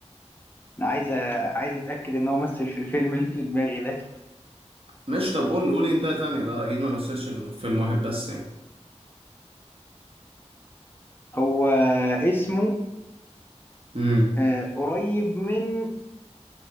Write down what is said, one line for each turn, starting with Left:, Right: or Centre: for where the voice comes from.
Left: عايز أ- عايز اتاكد ان هو مثل في الفيلم اللي في دماغي ده
Right: ماشي طب قول قول هنتايه تانية ده اكيد ما مثلش غير في فيلم واحد بس يعني
Left: هو اسمه
Right: امم
Left: آه قريب من